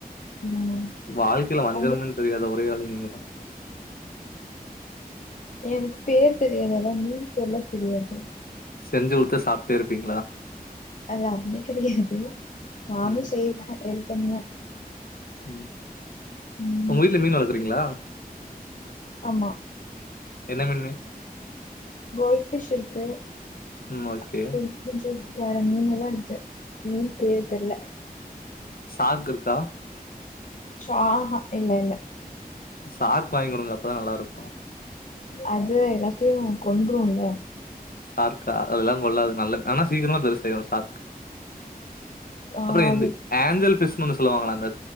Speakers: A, on the left; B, on the left.
A: ம்
B: வாழ்க்கைல வஞ்சர
A: உங்க
B: மீன் தெரியாத ஒரே ஆள் நீங்கதா
A: எனக்கு பேர் தெரியாது ஆனா மீன் பேர்ல தெரியாது
B: செஞ்சு குடுத்த சாப்ட்டே இருப்பீங்ளா
A: அது அப்டி கெடையாது நானு
B: ம்
A: செய்வே ஹெல்ப் பண்ணுவே
B: ம்
A: ம்
B: உங்க வீட்ல மீன் வளக்கிறீங்ளா
A: ஆமா
B: என்ன மீன்னு
A: கோல்ட் ஃபிஷ் இருக்கு
B: ம்
A: <inaudible>
B: ஓகே.
A: கொஞ்சோ வேற மீன்னல்லா இருக்கு மீன் பேர் தெர்ல
B: ஷார்க் இருக்கா?
A: சாஹ இல்ல இல்ல
B: சார்க் வாங்கி குடுங்க அப்பதா நல்லாருக்கு
A: அது எல்லாத்தியு கொன்றுல்ல
B: சார்கா அதெலா கொல்லாது நல்ல ஆனா சீக்கரமா பெருசாயிரு சார்க்
A: ஆ,
B: அப்பற
A: அது
B: இந்த ஆஞ்சல் ஃபிஷ்னு சொல்லுவாங்களா அந்த